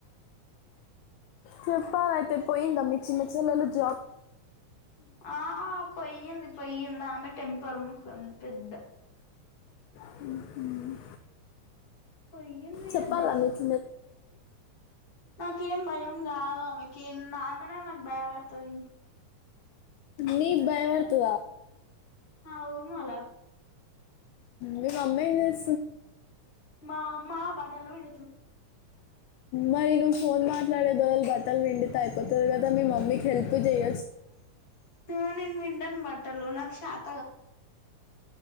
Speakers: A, on the left; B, on the left.
A: చెప్పాలయితే పోయింద మీ చిన్న చెల్లలు జాబ్కి
B: ఆ పోయింది ఇప్ పోయ్యింది ఆమె టెంపర్ మొకంది పెద్ద
A: హుహ్
B: పొయ్యింది
A: చెప్పాలా
B: ఇగ జాబ్కి
A: మీచిన్న చెల్లెలికి
B: నాకేం భయం కాదు ఆమెకి నాఆమెనే నాకు భయపడుతది ఇంకా.
A: నీకు భయ పడతదా
B: అవును మల్ల
A: మీ మమ్మీ ఏం చేస్తుంది
B: మా అమ్మ బట్టలు పిండుతుంది
A: మరి నువ్వు ఫోన్ మాట్లాడే బదలు బట్టలు విండితే అయిపోతుంది కదా మీ మమ్మీకి హెల్ప్ చేయొచ్చు కదా
B: ఆ నేను పిండను బట్టలు నాకు శాత కాదు